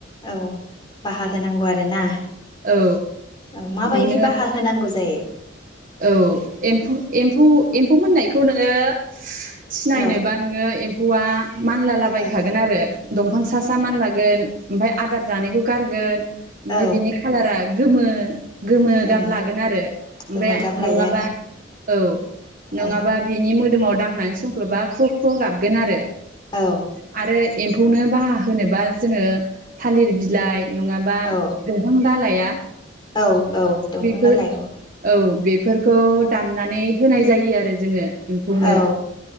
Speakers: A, on the left; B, on the right.
A: औ बाहा होनांगौ आरोना
B: औ
A: औ माबायदि
B: नोङो
A: बाहा होनांगौ बुजायो
B: औ एमफौ एम्फौ एम्फौ मोननायखौ नोङो सिनायनोबा
A: औ
B: नोङो हौवा मानलालाबायखागोन
A: औ
B: आरो दंफां सा सा मानलागोन ओमफाय आदार जानायखौ गारगोन ओमफय
A: औ
B: बिनि खाालारा गोमो गोमो
A: उम
B: गाब लागोन आरो
A: गोमो
B: ओमफाय
A: गाब लायो
B: नङाबा औ नङाबा
A: आरो
B: बिनि मोदोमाव दांनानै संख्लबा ख्र' ख्र' गाबगोन आरो
A: औ
B: आरो एम्फौनो बाहा होनोबा जोङो थालिर बिलाइ नङाबा
A: औ
B: दंफां दालाइया
A: औ औ दंफां
B: बेफोर
A: दालाइ औ
B: औ बेफोरखौ दाननानै होनाय जायो आरो जोङो एम्फौनो
A: औ